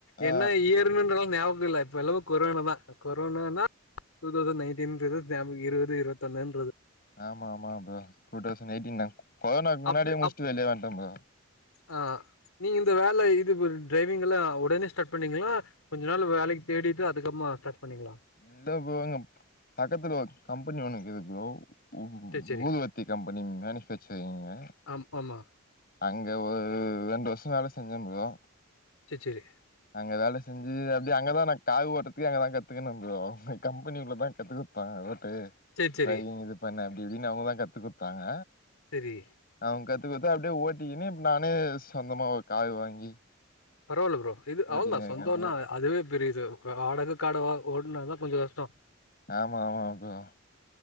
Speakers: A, on the left; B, on the left.
A: ஆ
B: என்ன இயர்னு ஞாபகம் இல்ல இப்பல்லவு கொரோனா தா கொரோனான டூ தௌவ்சண்ட் நைட்டி இருவத்தி அம் இருவது இருவத்தொன்னுன்றது
A: ஆமா ஆமா ப்ரோ டூ தௌசண்ட் எயிட்டீன் நா கொரோனாக்கு முன்னாடியே
B: அப்டி
A: முடிச்சிட்டு
B: அப்
A: வெளிய வண்ட ப்ரோ
B: ஆ நீங்க இந்த வேல இது ட்ரைவிங்லா உடனே ஸ்டார்ட் பண்ணீங்களா கொஞ்ச நாள் வேலைக்கு தேடிட்டு அதுக்கப்புமா ஸ்டார்ட் பண்ணிக்கலா
A: இல்ல ப்ரோ பக்கத்துல ஒரு கம்பெனி ஒண்ணு இருக்குது ப்ரோ உம்
B: சேரி சேரி
A: ஊதுவத்தி கம்பெனி மேனுபேக்சரிங்கு
B: ஆம் ஆமா
A: அங்க ஒரு ரெண்டு வருஷம் வேல செஞ்ச ப்ரோ
B: சே சேரி
A: அங்க வேல செஞ்சு அப்டி அங்கதா நா கார் ஓட்டுறதுக்கு அங்கதா கத்துக்குன ப்ரோ அங்க கம்பெனி உள்ளதா கத்துக் ப்பா ஓட்டு
B: சேரி சேரி
A: ட்ரைவிங் இது பண்ணு அப்டி இப்டின்னு அவுங்கதா கத்து குடுத்தாங்க
B: செரி
A: அவுங்க கத்து குடுத்து அப்டியே ஓட்டிக்கினு நானே சொந்தமா ஒரு காரு வாங்கி
B: பரவால்ல ப்ரோ இது
A: ஓட்டினு
B: அவ்வளோ தா
A: இருக்கே
B: சொந்தோனா
A: ப்ரோ
B: அதுவே பெரிய இது வாடக கடவா ஓட்னாதா கொஞ்சோ கஷ்டோ
A: ஆமா ஆமா ப்ரோ